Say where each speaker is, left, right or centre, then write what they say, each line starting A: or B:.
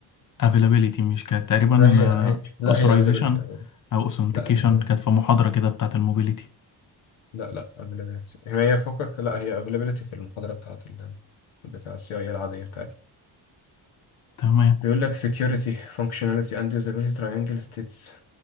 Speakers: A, on the left; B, on the left.
A: افيلابيلتي مش كانت تقريبا
B: لا هي هي لا
A: اوثرايزيشن
B: هي availability availability.
A: او اوثنتيكيشن
B: لا availability
A: كانت في محاضره كده بتاعت الموبيليتي
B: لا لا availability هي هي فوقك لا هي availability في المحاضرة بتاعت ال... بتاع السي اي العادية بتاعتي
A: تمام
B: بيقول لك security functionality and usability triangle states